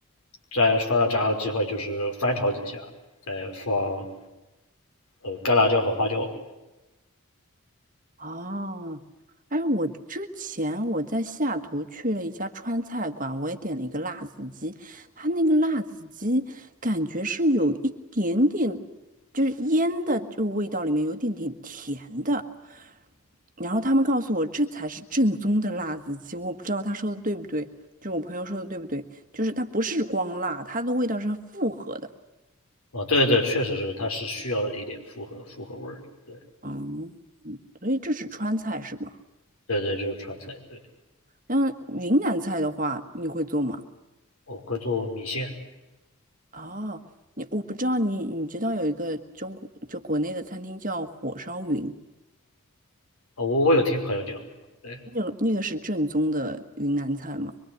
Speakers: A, on the left; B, on the right.
A: 再放到炸好鸡块就是翻炒几下，再放呃干辣椒和花椒。
B: 哦，哎，我之前我在下图去了一家川菜馆，我也点了一个辣子鸡，它那个辣子鸡感觉是有一点点，就是腌的这个味道里面有一点点甜的，然后他们告诉我这才是正宗的辣子鸡，我不知道他说的对不对，就是我朋友说的对不对，就是它不是光辣，它的味道是复合的，
A: 啊，对对对，确实是，它是需要一点复合复合味儿的。对
B: 嗯，所以这是川菜是吧？
A: 对对，就是川菜。对，
B: 嗯，云南菜的话，你会做吗？
A: 我会做米线。
B: 哦，你我不知道你你知道有一个中国就国内的餐厅叫火烧云，
A: 啊，我我有听朋友讲过。对，
B: 那个那个是正宗的云南菜吗？